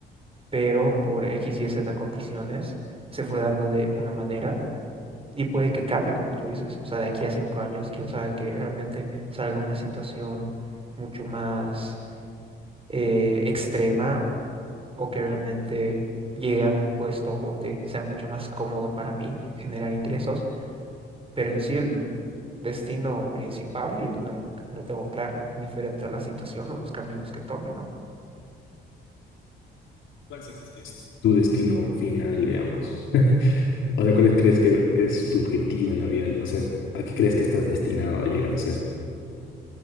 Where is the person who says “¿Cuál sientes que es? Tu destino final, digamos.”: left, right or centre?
Left